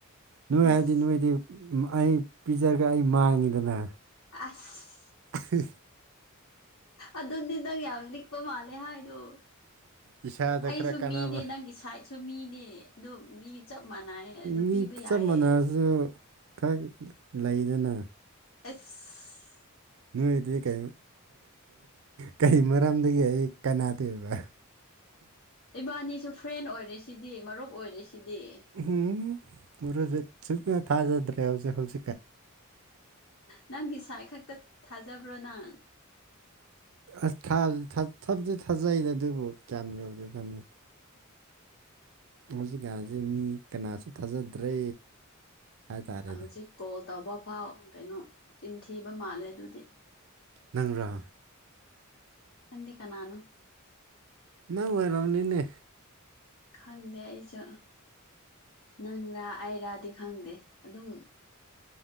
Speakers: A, on the right; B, on the left.
A: ꯅꯣꯏ
B: ꯏꯁ
A: ꯍꯥꯏꯕꯗꯤ ꯅꯣꯏꯗꯤ ꯑꯩ ꯄꯤꯖꯔꯒ ꯑꯩ ꯃꯥꯡꯉꯤꯗꯅ
B: ꯑꯁ
A: ꯍ
B: ꯑꯗꯨꯗꯗꯪ ꯌꯥ ꯌꯥꯝ ꯂꯤꯛꯄ ꯃꯥꯂꯦ ꯍꯥ ꯑꯗꯨꯣ
A: ꯏꯁꯥꯗ
B: ꯑꯩꯁꯨ
A: ꯈꯔ ꯀꯥꯟꯅꯕ
B: ꯃꯤꯅꯦ ꯅꯪꯒꯤ ꯁꯥꯏꯠꯁꯨ ꯃꯤꯅꯦ ꯑꯗꯨ ꯃꯤ ꯆꯞ ꯃꯥꯟꯅꯩꯌꯦ ꯑꯗꯨ
A: ꯃꯤ
B: ꯄꯤꯕ
A: ꯆꯞ
B: ꯌꯥꯏꯌꯦ
A: ꯃꯥꯟꯅꯔꯁꯨ ꯈꯔ ꯂꯩꯗꯅ
B: ꯑꯦꯁ
A: ꯅꯣꯏꯗꯤ ꯀꯩ ꯀꯩ ꯃꯔꯝꯗꯒꯤ ꯑꯩ ꯀꯅꯥ ꯇꯧꯕ
B: ꯏꯕꯥꯅꯤꯁꯨ ꯐ꯭ꯔꯦꯟ ꯑꯣꯏꯔꯦꯁꯤꯗꯤ ꯃꯔꯨꯞ ꯑꯣꯏꯔꯦ ꯁꯤꯗꯤ
A: ꯎꯝ ꯃꯔꯁꯨ ꯁꯨꯅ ꯊꯥꯖꯗ꯭ꯔꯦ ꯍꯧꯖꯤꯛ ꯍꯧꯖꯤꯛ
B: ꯅꯪꯒꯤ ꯁ꯭ꯋꯥꯥꯏ ꯈꯛꯇ ꯊꯥꯖꯕ꯭ꯔꯣ ꯅꯪ
A: ꯑꯁ ꯊꯕꯗꯤ ꯊꯥꯖꯩꯗ ꯑꯗꯨꯕꯨ ꯀꯌꯥꯝ ꯌꯧꯗꯦ ꯇꯥꯃꯣ ꯍꯧꯖꯤꯛꯀꯥꯁꯦ ꯃꯤ ꯀꯅꯥꯁꯨ ꯊꯥꯖꯗ꯭ꯔꯦ ꯍꯥꯏꯇꯥꯔꯦꯅꯦ
B: ꯍꯧꯖꯤꯛ ꯀꯣꯜ ꯇꯧꯕ ꯐꯥꯎ ꯀꯩꯅꯣ ꯆꯤꯟꯊꯤꯕ ꯃꯥꯜꯂꯦ ꯑꯗꯨꯗꯤ
A: ꯅꯪꯔꯥ
B: ꯈꯪꯗꯦ ꯀꯅꯥꯅꯣ
A: ꯅꯪ ꯣꯏꯔꯝꯅꯤꯅꯦ
B: ꯈꯪꯗꯦ ꯑꯩꯁꯨ ꯅꯪꯔꯥ ꯑꯩꯔꯥꯗꯤ ꯈꯪꯗꯦ ꯑꯗꯨꯝ